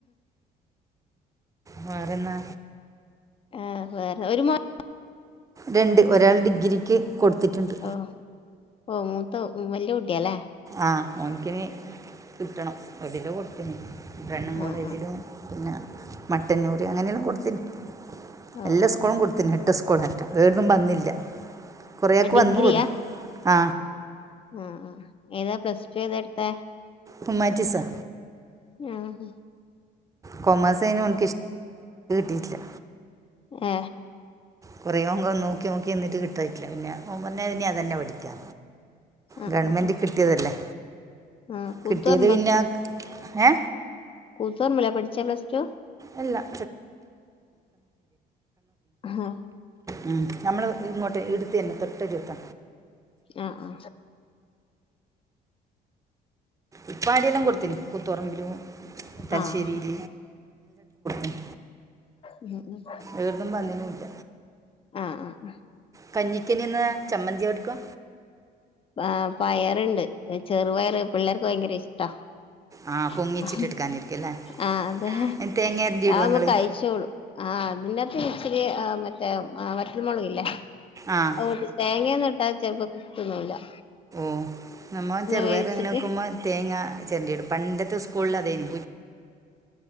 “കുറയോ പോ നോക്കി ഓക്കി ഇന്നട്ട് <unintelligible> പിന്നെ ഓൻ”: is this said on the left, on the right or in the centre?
Right